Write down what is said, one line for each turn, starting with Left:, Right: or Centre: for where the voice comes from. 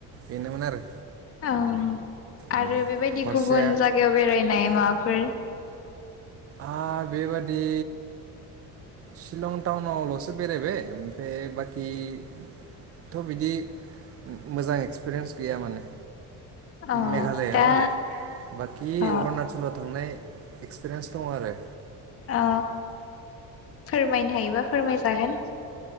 Right: बेनोमोन आरो।
Left: अ आरो
Right: उम
Left: बेबायदि
Right: हरसेया
Left: गुबुन जायगायाव बेरायनाय माबाफोर?
Right: ओ बेबादि शिलं टाउनावल'सो बेरायबाय ओमफ्राय बाखिथ' बिदि मोजां एक्सपिरियेन्स गैया माने
Left: अ
Right: मेघालयआव
Left: दा
Right: आरो बाखि
Left: अ
Right: अरुणचलाव थांनाय एक्सपिरियेन्स दं आरो।
Left: अ फोरमायनो हायोबा फोरमायजागोन।